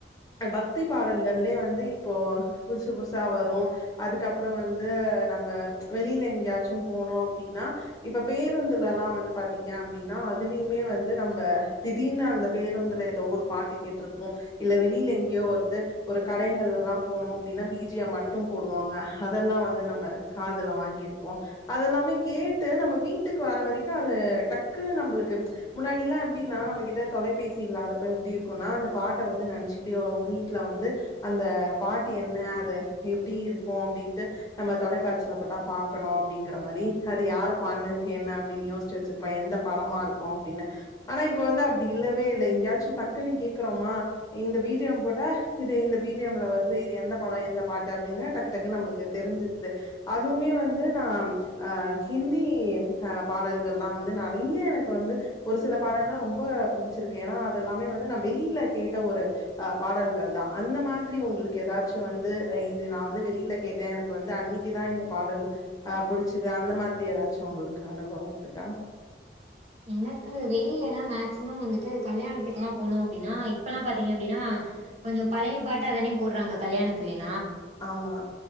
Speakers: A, on the left (about 20°); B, on the right (about 40°).
A: பக்தி பாடல்கள்லே வந்து இப்போ புதுசு புதுசா வரும் அதுக்கப்ற வந்து நம் ப வெளில எங்கயாச்சு போனோ அப்டின்னா இப்ப பேருந்துலலா வந்து பாத்தீங்க அப்டின்னா அதுலியுமே வந்து நம்ம திடீர்னு அந்த பேருந்துல எதோ ஒரு பாட்டு கேட்ருப்போ இல்ல வெளில எங்யோ வந்து ஒரு கடைகள்லலா போனோ அப்டின்னா பிஜியம் மட்டு போடுவாங்க அதெல்லா வந்து நம்ப துல வாங்கிருப்போ அதெல்லாமே கேட்டு நம்ம வீட்டுக்கு வர வரைக்கு அது டக்குன்னு நம்ளுக்கு முன்னாடிலா எப்டின்னா நம்ம கிட்ட தொலைபேசி இல்லாதப்ப எப்டி இருக்குனா அந்த பாட்ட வந்து நெனைச்சக்கிட்டே வருவோ வீட்ல வந்து அந்த பாட்டு என்ன அத எப்டி இருக்கு அப்டின்ட்டு நம்ம தொலைக்காட்சி சில போட்டா பாக்கணு அப்டிங்ற மாரி அது யார் பாட்ணது என்ன அப்டின் யோசிச்சு வச்சிருப்பே எந்த படமாருக்கு அப்டின்னு ஆனா இப்ப வந்து அப்டி இல்லவே இல்ல எங்காச்சு டக்குன்னு கேக்குறமா இந்த பிஜிஎம் போட்டா இது இந்த பிஜிஎம்ல வருது இது எந்த படொ எந்த பாட்டு அப்டின்னு டக்கு டக்கு நம்ளுக்கு தெரிஞ்சிடுது அதுமே வந்து நா ஆ ஹிந்தி ஆ பாடல்கள்லா வந்து நறைய எனக்கு வந்து ஒரு சில பாடல்லா ரொம்ப பிடிச்சிருக்கு ஏனா அதெல்லாமே வந்து நா வெளில கேட்ட ஒரு ஆ பாடல்கள் தா அந்த மாதிரி உங்களுக்கு எதாது ச்சு வந்து இது நா வந்து வெளிய ல கேட்டே எனக்கு வந்து அன்னி க்குதா இந்த பாடல் ஆ புடிச்சுது அந்த மாதிரி எதாச்சு உங்ளுக்கு அனுபவம் இருக்கா
B: எனக்கு வெளிலனா மேக்சிமம் வந்துட்டு கல்யாணத்துக்கு எல்லா போனோ அப்டின்னா இப்பலா பாத்தீங்க அப்டின்னா கொஞ்சோ பழைய பாட்டாதானே போட்றாங்க கல்யாணத்துலயே
A: ஆமா